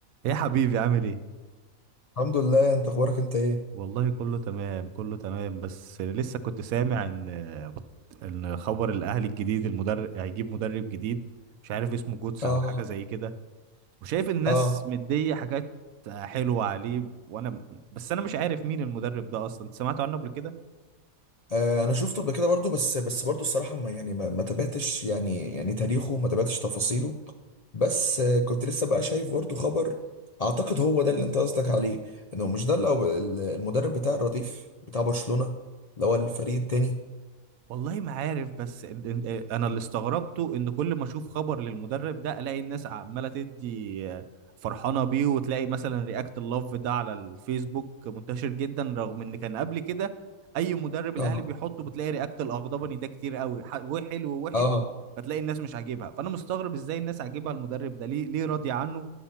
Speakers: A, on the right (about 80°); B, on the left (about 80°).
A: ايه يا حبيبي عامل ايه
B: الحمد لله انت اخبارك انت ايه
A: والله كله تمام كله تمام بس لسه كنت سامع ان ان خبر الاهلي الجديد المدرب هيجيب مدرب جديد مش عارف اسمه جوتس
B: اه
A: او حاجه زي كده وشايف الناس
B: اه
A: مديه حاجات حلوه عليه وانا بس انا مش عارف مين المدرب ده اصلا أنت سمعت عنه قبل كده
B: آه، انا شفته قبل كده برضو بس بس برضو الصراحه ما يعني ما, ما تابعتش يعني يعني تاريخه ما تابعتش تفاصيله بس آه، كنت لسه بقى شايف برضو خبر اعتقد هو ده اللي انت قصدك عليه انه مش ده اللي هو ال- المدرب بتاع الرديف بتاع برشلونه اللي هو الفريق التاني
A: والله ما عارف بس إن- إن- إيه، انا اللي استغربته ان كل ما اشوف خبر للمدرب ده الاقي الناس عماله تدي آه، فرحانه بيه وتلاقي مثلا رياكت اللوف ده على الفيسبوك منتشر جدا رغم ان كان قبل كده اي مدرب الاهلي
B: اه
A: بيحطه بتلاقي رياكت الاغضبني ده كتير قوي ح- وحلو ووحش
B: اه
A: فتلاقي الناس مش عاجبها فانا مستغرب ازاي الناس عاجبها المدرب ده ليه ليه راضيه عنه